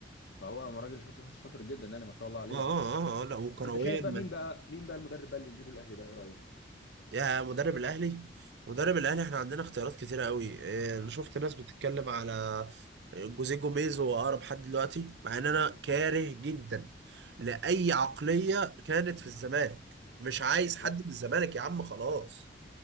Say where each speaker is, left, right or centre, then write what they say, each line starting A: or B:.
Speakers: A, on the left (about 80°); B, on the right (about 65°).
A: فهو راجل شاطر شاطر جدا يعني ما شاء الله عليه
B: اه اه اه لا وكرويا
A: انت شايف
B: ما-
A: بقى مين بقى مين بقى المدرب بقى اللي نجيبه الاهلي بقى ايه رايك
B: يا مدرب الأهلي مدرب الأهلي احنا عندنا اختيارات كتيرة قوي اه، انا شفت ناس بتتكلم على جوزيه جوميز هو أقرب حد دلوقتي مع ان انا كاره جدا لأي عقلية كانت في الزمالك مش عايز حد
A: لا
B: من الزمالك يا عم خلاص